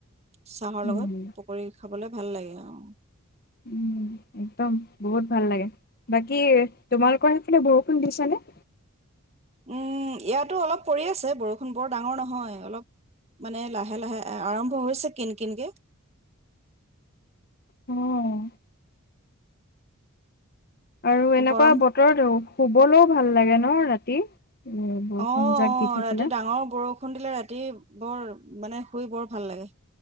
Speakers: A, on the right; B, on the left.
A: চাহৰ
B: উম
A: লগত পকৰি খাবলৈ। ভাল লাগে অ
B: উম একদম বহুত ভাল লাগে বাকী। কি তোমালোকৰ এনে বৰষুণ দিছেনে?
A: উম ইয়াতো অলপ পৰি আছে বৰষুন নহয় ডাঙৰ কৰে।
B: উম আৰু এনেকুৱা
A: গৰম
B: বতৰতেও শুবলৈও ভাল লাগে ন ৰাতি। উ বৰষুণ
A: অ', অ',
B: জাক দি থাকিলে
A: ৰাতি ডাঙৰ বৰষুণ দিলে ৰাতি বৰ মানে শুই বৰ ভাল লাগে